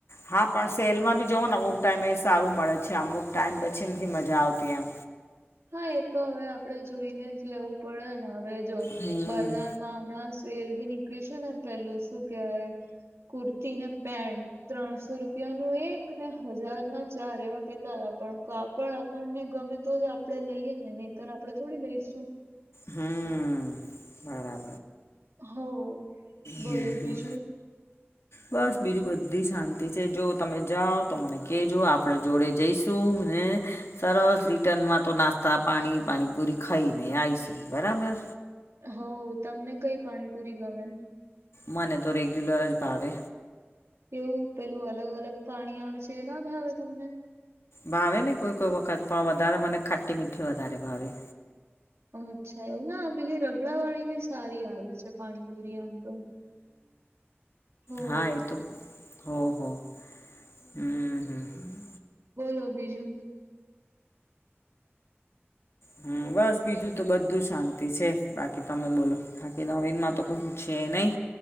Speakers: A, on the left; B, on the right.
A: હા પણ સેલમાં બી જોવ ને હું ટાઈમે સારું મળે છે આમું ટાઈમ પછી નથી મ મજા આવતી એમ
B: હા એ તો હવે આપડે જોઈને જ લેવું પડે ને હવે જો
A: હમ
B: બજારમાં હમણાં સેલ બી નીકળી છેું ને પેલું શું કેહેવાય કુર્તીને પેન્ટ ત્રણસો રૂપિયા નું એક ને હજાર ના ચાર એવા કેતાતા પણ કાપ પણ આપણને ગમે તો જ આપડે લઈએ ને નહીતર આપણે થોડી લઈશું
A: હમ બરા
B: હો બોલો
A: હમ હમ
B: બીજું
A: બસ બીજું બધી શાંતિ છે જો તમે જાવ તો મને કેજો આપણે જોડે જઈશું હે સરસ રિટર્નમાં તો નાસ્તા પાણી પાણીપુરી ખઈ ને આએઇ શું બરાબર
B: હો તમને કઈ પાણીપુરી ગમે
A: મને તો રેગ્યુલર જ ભાવે
B: એવું પેલું અલગ અલગ પાણી આવે છે એ ના ભાવે તમને
A: ભાવે ને કોઈ કોઈ વખત પણ વધારે મને ખાટી મીઠી વધારે ભાવે
B: અચ્છા એવું ના પેલી રગડાવાળી બી સારી આવે છે પાણીપુરી એમ હમ હો
A: હા એ તો હો હો હમ હમ
B: બોલો બીજું
A: હમ બસ બીજું તો બધું શાંતિ છે. બાકી તમે બોલો થાકેલા હોય મારતો કોઈ પૂછે નહી.